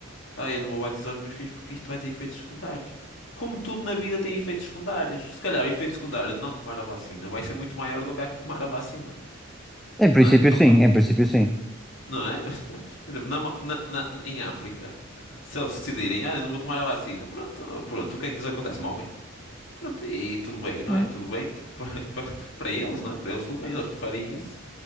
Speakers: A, on the left; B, in the centre.
A: Ah, eu não vou batizar os meus filhos porque isto vai ter efeitos secundários. Como tudo na vida tem efeitos secundários. Se calhar o efeito secundário de não tomar a vacina vai ser muito maior do que a que tomar a vacina.
B: Em princípio,
A: Não é? Opa,
B: sim, em princípio, sim.
A: não é? <laughs> Por exemplo, na, Ma- na- na- em África, se eles decidirem, ah, eu não vou tomar a vacina, pronto, pronto, o que é que lhes acontece? Morrem. Pronto, e, e tudo bem, não
B: É,
A: é? Tudo bem porque <laughs> para, para, para eles, não é? Para eles tudo bem, eles preferem isso.